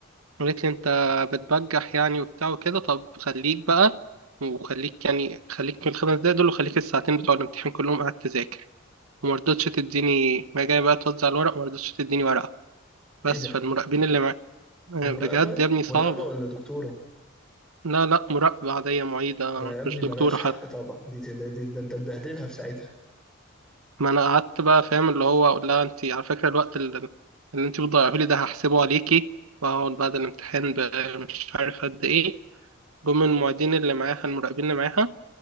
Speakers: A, on the right; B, in the centre.
A: قالت لي أنت بتبجح يعني وبتاع وكده طب خليك بقى وخليك يعني خليك من الخمس دقايق دول وخليك الساعتين بتوع الامتحان كلهم قاعد تذاكر وما رضتش تديني ما جاي بقى توزع الورق ما رضتش تديني ورقة بس
B: إيه ده؟
A: فالمراقبين اللي معايا "آه،
B: دي
A: بجد
B: مراقبة؟
A: يا ابني صعبة
B: مراقبة ولا دكتورة؟
A: لا لا مراقبة عادية معيدة
B: ده يا ابني
A: مش
B: ملهاش
A: دكتورة
B: حق طبعا دي ده, دي ده أنت تبهدلها في ساعتها
A: ما انا قعدت بقى فاهم اللي هو اقول لها انت على فكره الوقت اللي, اللي انت بتضيعه لي ده هحسبه عليكي واقعد بعد الامتحان ب- مش عارف قد ايه جم من المعيدين اللي معاها المراقبين اللي معاها